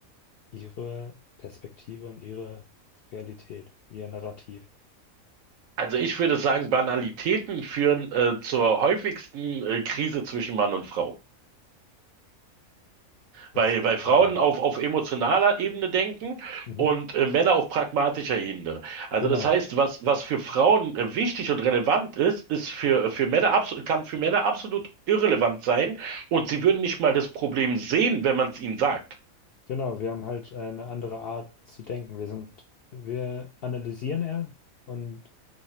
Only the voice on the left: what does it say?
ihre Perspektive und ihre Realität, ihr Narrativ.
Das
kann
sein.
Ja. Mhm.
Genau,
genau. Wir haben halt eine andere Art zu denken. Wir sind, wir analysieren eher und